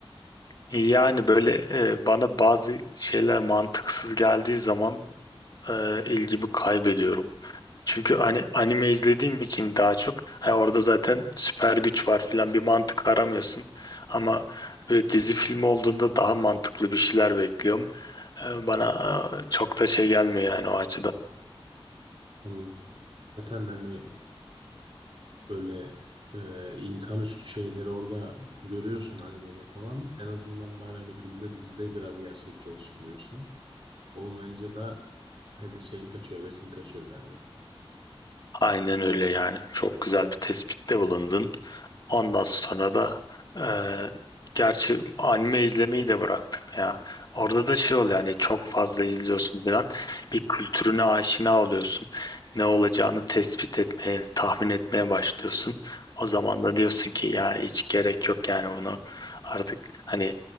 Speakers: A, on the left (about 40°); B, on the right (about 60°).
A: Yani böyle e, bana bazı şeyler mantıksız geldiği zaman e, ilgimi kaybediyorum. Çünkü hani anime izlediğim için daha çok ha, orada zaten süper güç var filan bir mantık aramıyorsun. Ama böyle dizi filmi olduğunda daha mantıklı bir şeyler bekliyorum. E, bana e, çok da şey gelmiyor yani o açıdan.
B: Anladım. Zaten hani Böyle e, insanüstü şeyleri orada görüyorsun animede falan. En azından bari hani filmde dizide biraz gerçekçi olsun diyorsun. Olmayınca da hadi şeyin kaçıyor, vesin kaçıyor galiba.
A: Aynen öyle yani. Çok güzel bir tespitte bulundun. Ondan sonra da eee, gerçi anime izlemeyi de bıraktım ya. Orada da şey oluyor yani çok fazla izliyorsun falan. Bir kültürüne aşina oluyorsun. Ne olacağını tespit etmeye, tahmin etmeye başlıyorsun. O zaman da diyorsun ki ya hiç gerek yok yani bunu artık hani